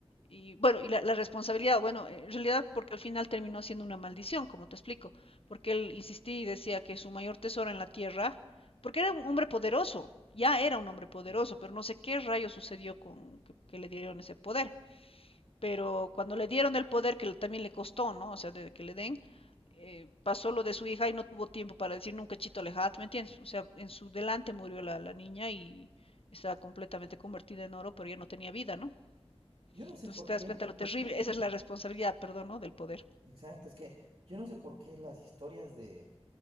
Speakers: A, on the left; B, on the right.
A: Y bueno, y la, la responsabilidad, bueno, en realidad porque al final terminó siendo una maldición, como te explico, porque él insistía y decía que su mayor tesoro en la tierra, porque era un hombre poderoso, ya era un hombre poderoso,
B: <laughs>
A: pero no sé qué rayo sucedió con que, que le dieron ese poder. Pero cuando le dieron el poder, que también le costó, ¿no? O sea, de que le den, eh, pasó lo de su hija y no tuvo tiempo para decir nunca chito alejat, ¿me entiendes? O sea, en su delante murió la, la niña y estaba completamente convertida en oro, pero ya no tenía vida, ¿no?
B: Yo no sé
A: Entonces
B: por
A: te
B: qué,
A: das cuenta lo terrible, esa es la responsabilidad, perdón, ¿no? Del poder.
B: exacto, es que yo no sé por qué las historias de,